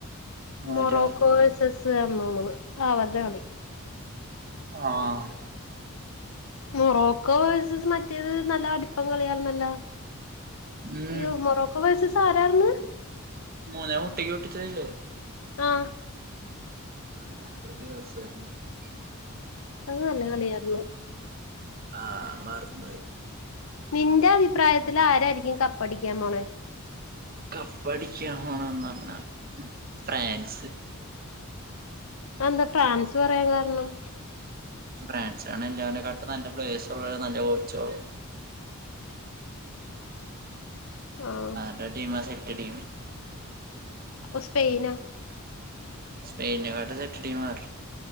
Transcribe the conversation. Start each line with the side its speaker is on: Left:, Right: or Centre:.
Left: മൊറോക്കോസസ്ന്ന്
Right: ആരാ
Left: തോന്ന്ണ് ആ വര്ടെകളി.
Right: ആഹ്
Left: മൊറോക്കോ വസസ് മറ്റേത് നല്ല അടിപ്പം കളിയാര്ന്നല്ലോ.
Right: ഉം
Left: യ്യോ മൊറൊക്കെ വയസ സ ആരാര്ന്ന്.
Right: മൂന്നേ മുട്ടിക്ക് ഒട്ടിച്ചതല്ലേ
Left: ആഹ്
Right: ഉം <unintelligible>
Left: അത് നല്ല കളിയായിരുന്നു
Right: ആഹ് മാറിപ്പോയി
Left: നിന്റെ അഭിപ്രായത്തില് ആരായിരിക്കും കപ്പടിക്കാൻ പോണേ
Right: കപ്പടിക്കാൻ പോണോന്നു പറഞ്ഞ ഫ്രാൻസ്
Left: അത് എന്താ ഫ്രാൻസ് പറയാൻ കാരണം
Right: ഫ്രാൻസാണ് എല്ലാവരേകാട്ടും നല്ല പ്ലയർസ് ഉള്ള നല്ല കോച്ചുകള്
Left: ആണോ
Right: അവരുടെ ടീം ആ സെറ്റ് ടീം
Left: അപ്പൊ സ്പെയിനൊ
Right: സ്പെയിനെ <unintelligible>